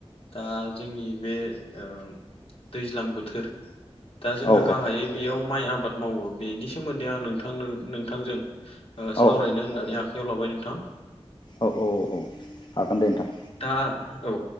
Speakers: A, on the left (about 65°); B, on the left (about 45°).
A: दा जोंनि बे ओ दैज्लां बोथोर दा जोंहा
B: औ
A: गाहायै बेयाव माइ आबाद मावो बेनि सोमोन्दै आं नोंथांनो नोंथांजों ओ
B: औ
A: सावरायनो होननानै आखायाव लाबाय नोंथां।
B: औ औ औ औ हागोन दे नोंथां।
A: दा औ